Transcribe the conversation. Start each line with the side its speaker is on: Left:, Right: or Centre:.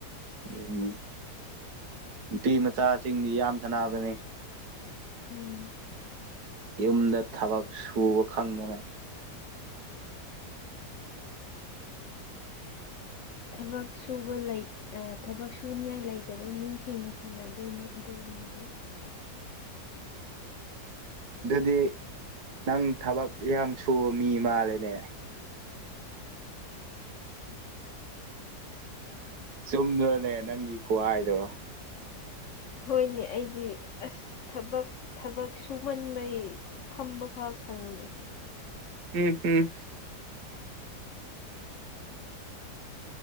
Right: ꯎꯝ ꯅꯨꯄꯤ ꯃꯆꯥꯁꯤꯡꯗꯤ ꯌꯥꯝ ꯁꯅꯕꯅꯦ꯫
Left: ꯎꯝ
Right: ꯌꯨꯝꯗ ꯊꯕꯛ ꯁꯨꯕ ꯈꯪꯗꯅ
Left: ꯊꯕꯛ ꯁꯨꯕ ꯂꯩ ꯑ ꯊꯕꯛ ꯁꯨꯅꯤꯉꯥꯏ ꯂꯩꯇꯕ ꯃꯤꯁꯤꯡꯅ ꯁꯥꯟꯅꯗꯣꯏꯅꯦ ꯑꯗꯨꯨꯝꯕꯗꯤ꯫
Right: ꯑꯗꯨꯗꯤ ꯅꯪ ꯊꯕꯛ ꯌꯥꯝ ꯁꯨꯕ ꯃꯤ ꯃꯥꯜꯂꯦꯅꯦ꯫ ꯆꯨꯝꯗ꯭ꯔꯣꯅꯦ ꯅꯪꯒꯤ ꯈꯨꯋꯥꯏꯗꯣ?
Left: ꯍꯣꯏꯅꯦ ꯑꯩꯗꯤ ꯑꯁ ꯊꯕꯛ ꯊꯕꯛ ꯁꯨꯃꯟꯕꯩ ꯐꯝꯕ ꯐꯥꯎ ꯁꯪꯗꯦ꯫
Right: <unintelligible>